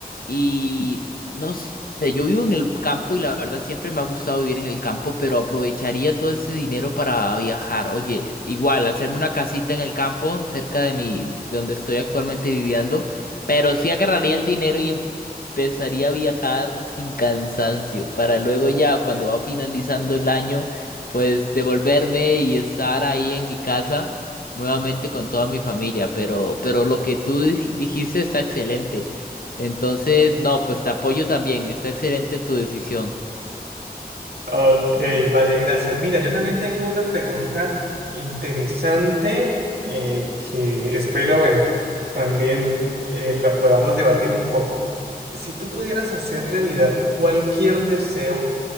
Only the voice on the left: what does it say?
y no sé, yo vivo en el campo y la verdad siempre me ha gustado vivir en el campo, pero aprovecharía todo ese dinero para viajar. Oye, igual, hacerme una casita en el campo cerca de mi, de donde estoy actualmente viviendo, pero sí agarraría el dinero y empezaría a viajar sin cansancio para luego ya cuando va finalizando el año, pues devolverme y estar ahí en mi casa nuevamente con toda mi familia, pero, pero lo que tú dij- dijiste está excelente. Entonces, no, pues te apoyo también, está excelente tu decisión.